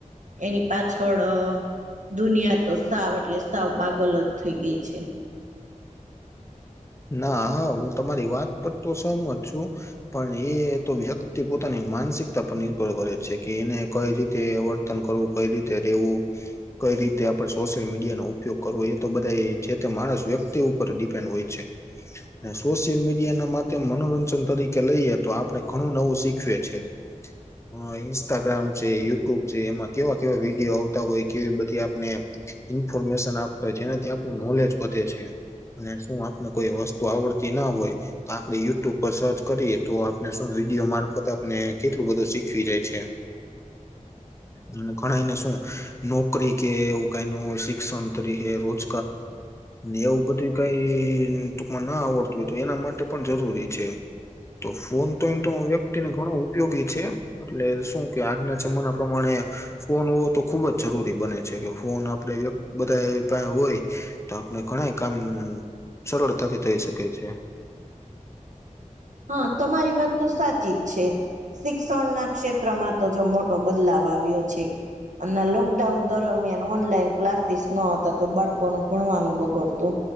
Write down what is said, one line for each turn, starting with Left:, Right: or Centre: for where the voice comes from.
Right: એની પાછળ દુનિયા તો સાવ એટલે સાવ પાગલ જ થઈ ગઈ છે.
Left: ના હા હું તમારી વાત પર તો સહમજ છુ. પણ એ તો વ્યક્તિ પોતાની માનસિકતા પર નિર્ભર કરે છે કે એને કઈ રીતે તન કરવું કઈ રીતે ર રહેવુ કઈ રીતે આપણે સોશિયલ મીડિયાનોો ઉપયોગ કરવો એ તો બધા જે તે માણસ વ્યક્તિ ઉપર ડિપેન્ડ હોય છે. એ સોશિયલ મીડિયા ના મા મનોરંજન તરીકે લઈએ તો આપણે ઘણું નવું શીખવીએ છે. અ ઇન્સ્ટાગ્રામ છે યુટ્યુબ છે એમાં કેવા કેવા વિડીયો આવતા હોય કેવી બધી આપને ઈન્ફોર્મેશન આપતા હોય, જેનાથી આપણું નોલેજ વધે છે અને શું ને કોઈ વસ્તુ આવડતી ના હોય. તો આપડે યુટ્યુબ પર સર્ચ કરીએ તો આપણે શું વિડીયો મારફત આપને કેટલું બધું શીખવી જાય છે. અને ઘણ એને શું નોકરી કે એવું કઈ ન શિક્ષણ તરીકે રોજ ને એવું બધી કઈ ટૂંકમાં ના આવડતું હોય તો એના માટે પણ જરૂરી છે. તો ફોન તો એમ તો વ્યક્તિને ઘણો ઉપયોગી છે. એટલે શું કે આજના જમના પ્રમાણે ફોન હોવો તો ખુબ જ જરૂરી બને છે કે ફોન આપડ બધા પા હોય. તો આપણે ઘણ કામ સરળતાથી થઈ શકે છે.
Right: હા તમારી વાત તો સાચી જ છે. શિક્ષણ ના ક્ષેત્રમાં તો જો મોટો બદલાવ આવ્યો છે. અને લોકડાઉન દરમિયાન ઓનલાઈન ક્લાસીસ નતા તો બાળકોને ભણવાનું બગડતું